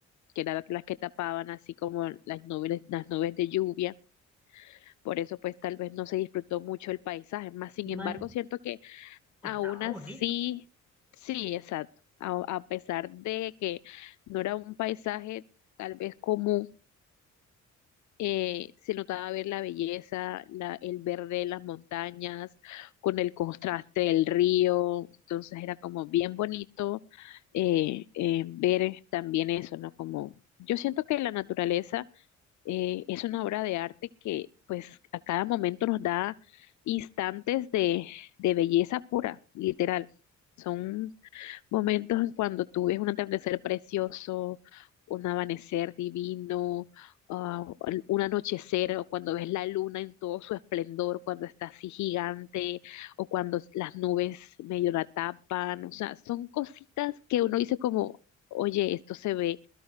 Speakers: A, on the left; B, in the centre.
A: que eran las que tapaban así como las nubes, las nubes de lluvia, por eso pues tal vez no se disfrutó mucho el paisaje, más sin
B: Más,
A: embargo siento
B: estaba
A: Aún así,
B: bonito.
A: sí, exacto. A, a pesar de que no era un paisaje tal vez común, eh, se notaba ver la belleza, la, el verde de las montañas, con el contraste del río. Entonces era como bien bonito eh, eh, ver también eso, ¿no? Como yo siento que la naturaleza eh, es una obra de arte que pues a cada momento nos da instantes de, de belleza pura, literal. Son momentos cuando tú ves un atardecer precioso, un amanecer divino, ah, un anochecer, o cuando ves la luna en todo su esplendor, cuando está así gigante, o cuando las nubes medio la tapan. O sea, son cositas que uno dice como, oye, esto se ve